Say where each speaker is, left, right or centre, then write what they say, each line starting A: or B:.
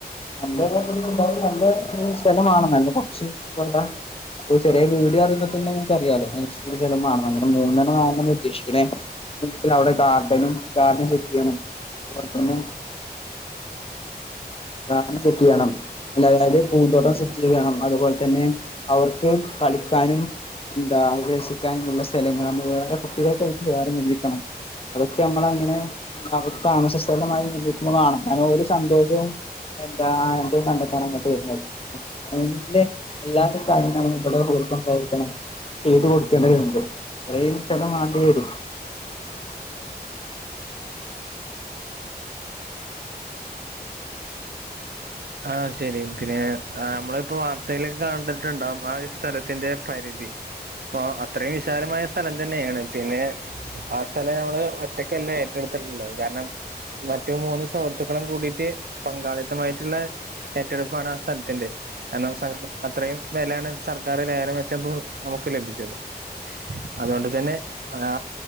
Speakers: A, on the left; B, on the right.
A: നല്ല <unintelligible> നല്ല സ്ഥലമാണ് നല്ല കൊറച്ച് പോരാ അപ്പൊ ചെറിയ വീട് പറയുമ്പ തന്നെ നിങ്ങക്കറിയാലോഅനുസ് കച്ചോട സ്ഥലം വേണം അങ്ങനെ മൂന്നണ്ണം നാലെണ്ണം ഉദ്ദേശിക്കണേ അവിടെ ഗാർഡനും ഗാർഡൻ സെറ്റെയ്യണം അതുപോലെ തന്നെ ഗാർഡൻ സെറ്റ് ചെയ്യണം അല്ലായാല് പൂന്തോട്ടവും സെറ്റ് ചെയ്യേം വേണം അതുപോലെ തന്നെ അവർക്ക് കളിക്കാനും എന്താ ഒരു ക്കാനുള്ള സ്ഥലങ്ങൾ അത് വേറെ കുട്ടികൾക്കായിട്ട് വേറെ നിർമിക്കണം അതൊക്കെ അമ്മളങ്ങനെ താമസസ്ഥലമായി നിർമ്മിക്കുന്നതാണ് കാരണം ഒരു സന്തോഷവും എന്താ ആനന്ദവും കണ്ടെത്താൻ അങ്ങട്ട് വരുന്നത് അതിന്റെ എല്ലാര്ടെ കാര്യങ്ങൾ <unintelligible> <unintelligible> ഇരിക്കണം ചെയ്തു കൊടു ക്ക്ത് ഇണ്ട് റേയും സ്ഥലം വാണ്ടി വരും
B: ആഹ് ശരി പിന്നെ അമ്മള് ഇപ്പോ വാർത്തയിലൊക്കെ കാണ്ടിട്ടുണ്ടാവും ആ സ്ഥലത്തിന്റെ പരിധി അപ്പൊ അത്രയും വിശാലമായ സ്ഥലം തന്നെയാണ്. പിന്നെ ആ സ്ഥലം ഞമ്മള് ഒറ്റക്കല്ല ഏറ്റെടു ത്തിട്ടുള്ളത് കാരണം മറ്റു മൂന്ന് സുഹൃത്തുക്കളും കൂടീട്ട് പങ്കാളിത്തമായിട്ടുള്ള ഏറ്റെടുപ്പാണ് ആ സ്ഥലത്തിന്റെ കാരണം സർ അത്രയും വിലയാണ് സർക്കാർ ലേലം വെച്ചപ്പൊഴും നമുക്ക് ലഭിച്ചത് അതുകൊണ്ട് തന്നെ ആ